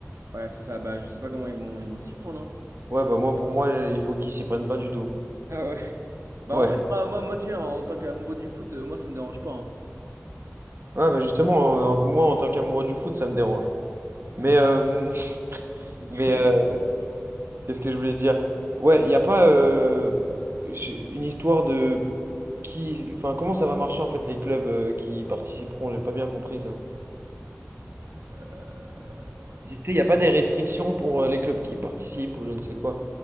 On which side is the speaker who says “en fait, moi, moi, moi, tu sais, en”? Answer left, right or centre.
Right